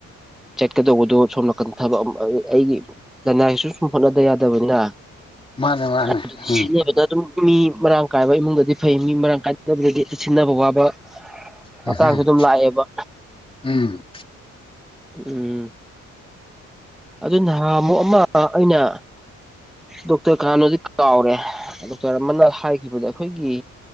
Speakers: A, in the centre; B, on the left.
A: ꯆꯠꯀꯗꯧꯕꯗꯣ ꯁꯣꯝ ꯅꯥꯀꯟ ꯊꯕꯛ ꯑꯝ ꯑ ꯑꯩꯒꯤ ꯂꯅꯥꯏꯁꯨ ꯁꯨꯝ ꯍꯣꯠꯅꯗ ꯌꯥꯗꯕꯅꯤꯅ
B: ꯃꯥꯅꯦ ꯃꯥꯅꯦ
A: ꯑꯗꯨ
B: ꯎꯝ
A: ꯁꯤꯟꯅꯕꯗ ꯑꯗꯨꯝ ꯃꯤ ꯃꯔꯥꯡ ꯀꯥꯏꯕ ꯏꯃꯨꯡꯗꯗꯤ ꯐꯩ ꯃꯤ ꯃꯔꯥꯡ ꯀꯥꯏꯅꯕꯗꯗꯤ ꯁꯤꯟꯅꯕ ꯋꯥꯕ
B: ꯎꯝ
A: ꯑꯇꯥꯡꯁꯨ ꯑꯗꯨꯝ ꯂꯥꯛꯑꯦꯕ
B: ꯎꯝ
A: ꯎꯝ ꯑꯗꯨ ꯅꯍꯥꯟꯃꯨꯛ ꯑꯃ ꯑꯩꯅ ꯗꯣꯛꯇꯔ ꯀꯥꯅꯅꯣꯗꯤ ꯀꯥꯎꯔꯦ ꯗꯣꯛꯇꯔ ꯑꯃꯅ ꯍꯥꯏꯈꯤꯕꯗ ꯑꯈꯣꯏꯒꯤ